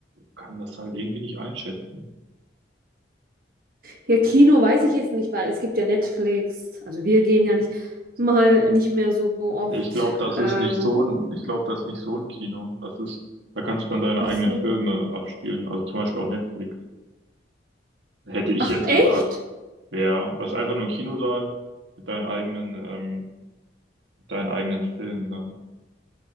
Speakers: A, on the right; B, on the right.
A: kann das halt irgendwie nicht einschätzen.
B: Ja, Kino weiß ich jetzt nicht, weil es gibt ja Netflix. Also wir gehen ja nicht mal nicht mehr so oft.
A: Ich glaube, das ist
B: Ähm,
A: nicht so ein, ich glaube, das ist nicht so ein Kino. Das ist, da kannst du dann deine
B: Ach
A: eigenen
B: so.
A: Filme abspielen. Also zum Beispiel auch Netflix. Hätte ich
B: Ach,
A: jetzt
B: echt?
A: gesagt. Ja, das ist einfach nur ein Kinosaal mit deinen eigenen, ähm, deinen eigenen Film dann.